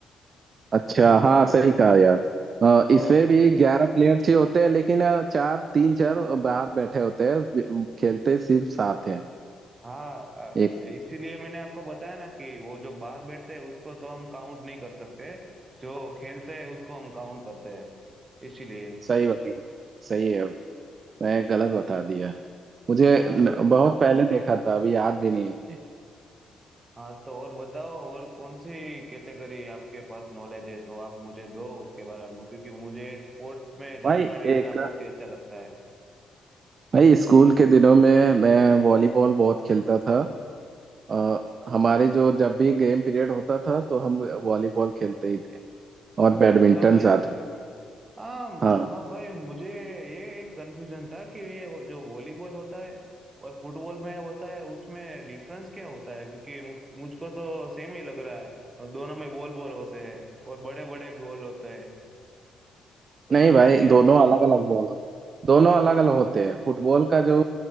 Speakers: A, on the right (about 50°); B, on the right (about 35°).
A: अच्छा हाँ सही कहा यार अ, इसमें
B: और
A: भी ग्यारह प्लेयर्स ही होते हैं लेकिन अ, चार तीन चार बाहर बैठे होते हैं खेलते सिर्फ सात हैं
B: हाँ अ,
A: एक से।
B: इसीलिए मैंने आपको बताया ना कि वो जो बाहर बैठते हैं उसको तो हम काउंट नहीं कर सकते जो खेलते हैं उसको हम काउंट करते हैं इसीलिए
A: सही बता सही है मैं गलत बता दिया मुझे
B: हाँ
A: न- बहुत पहले देखा था अभी याद भी नहीं है मुझे
B: हाँ तो और बताओ और कौन सी कैटेगरी आपके पास नॉलेज है तो आप मुझे दो उसके बारे में क्योंकि मुझे स्पोर्ट में जानकारी
A: भाई
B: लेना
A: एक
B: बहुत ही अच्छा लगता है
A: भाई स्कूल के दिनों में मैं वॉलीबॉल बहुत खेलता था अ, हमारे जो जब भी गेम पीरियड होता था तो हम वॉलीबॉल खेलते ही थे और बैडमिंटन
B: अच्छा भाई
A: साथ में भी।
B: हाँ
A: हाँ
B: हाँ भाई मुझे ये एक कंफ्यूजन था कि ये वो जो वॉलीबॉल होता है और फुटबॉल में होता है उसमें डिफरेंस क्या होता है क्योंकि मुझ- मुझको तो सेम ही लग रहा है दोनों में बॉल बॉल होते हैं और बड़े बड़े बॉल होते हैं तो
A: नहीं
B: डिफरेंस
A: भाई
B: क्या
A: दोनों
B: है
A: अलग अलग बॉल दोनों अलग अलग होते हैं फुटबॉल का जो